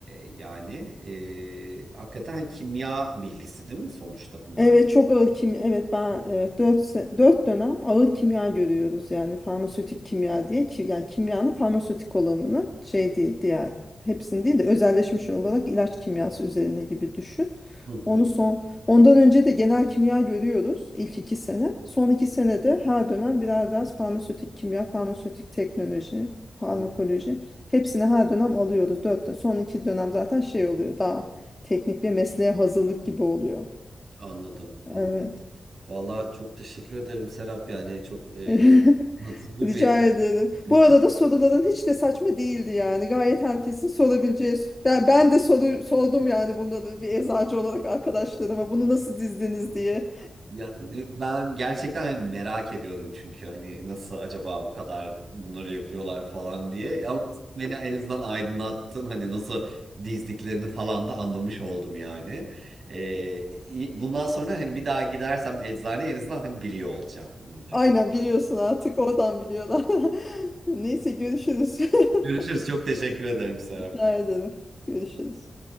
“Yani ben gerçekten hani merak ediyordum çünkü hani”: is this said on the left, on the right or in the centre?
Right